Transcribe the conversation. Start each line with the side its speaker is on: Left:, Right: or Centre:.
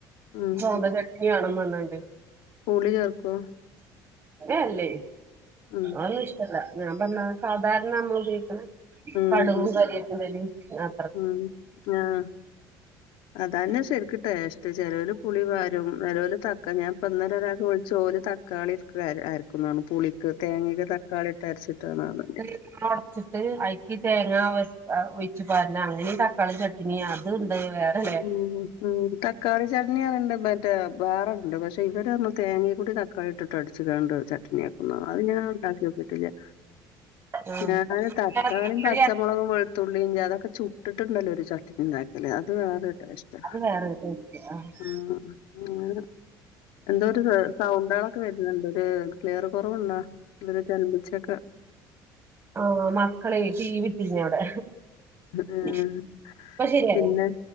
Left: ഉം
Right: സോന്തചട്നി ആണോ നല്ലത്
Left: പുളി ചേർക്കോ
Right: ഏ അല്ലേ
Left: ഉം
Right: അതൊന്നിഷ്ടല്ല ഞാംപർഞ്ഞാ സാധാര്നമ്മളുപയോക്ക്ണ
Left: ഉം
Right: പട്ങ്ങും ക രോപിന്റെലിം അ
Left: ഉം ആഹ് അതാണ് ശരിക്ക് ട്ടേസ്റ്റ് ചെലോല് പുളി പാരും. ചെലോല് തക്ക <unintelligible> ഞാൻ ഇപ്പ ഇന്നല ഒരാൾക്ക് വിള്ച്ചു ഓല് തക്കാളിക്കെ അർ അർക്കുന്നർഞ്ഞു പുളി തേങ്ങേക്ക് തക്കാളിട്ട് അർച്ചിട്ടാ <unintelligible> ഞാ
Right: ഉടച്ചിട്ട് അയ്ക്ക് തേങ്ങ ഒഴ് ഒഴ്ച്ച് പാർഞ്ഞ അങ്ങനീം തക്കാളി ചട്ട് പിന്നെ അതുണ്ട് വേറെ
Left: ഉം ഉം ഉം തക്കാളി ചട്നിയാറണ്ട് മറ്റേ വേറണ്ട് പക്ഷെ ഇവടെ പർഞ്ഞ തേങ്ങേക്കൂടെ ത കഴ്ട്ട്ട്ട് അട്ച്ച്ങ്ങാണ്ട് ചട്ട്ണിയക്കുംന്ന് അഅ്ഞാണ്ടാക്യോകില്യാ
Right: അത്
Left: ഞാന് തക്കാളിം പച്ചമൊളകും വെ തുള്ളി <unintelligible> അതൊക്കെ ചുട്ടിട്ടുണ്ടല്ലോ ഒരു ചട്ടിനി ഇണ്ടാക്കൽ അത് വേ കഷ്ടാ
Right: വേറെ എന്നിട്ടെന്താ
Left: ഉം ഉം <unintelligible> എന്തോ ഒരു കാ സൗണ്ടാളൊക്കെ വെർഞ്ഞ്ണ്ട് ഒര് ക്ലിയർ കുറവുണ്ടോ ചലമ്പിച്ചൊക്കെ
Right: ആഹ് മക്കളെ ടീവി ഇട്ടീനി അവ്ടെ
Left: ആഹ്.
Right: ഇപ്പ ശരിയായോ
Left: പിന്നെ